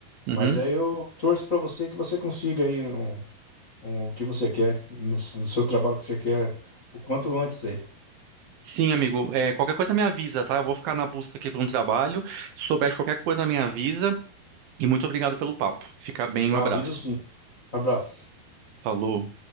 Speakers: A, on the right; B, on the left.
A: Uhum.
B: Mas aí eu torço pra você que você consiga aí um, um- o que você quer no, no seu trabalho que você quer o quanto antes aí.
A: Sim, amigo. Eh, qualquer coisa me avisa, tá? Eu vou ficar na busca aqui por um trabalho. Se souber de qualquer coisa, me avisa. E muito obrigado pelo papo. Fica bem,
B: Tá,
A: um abraço.
B: aviso sim. Abraço.
A: Falou.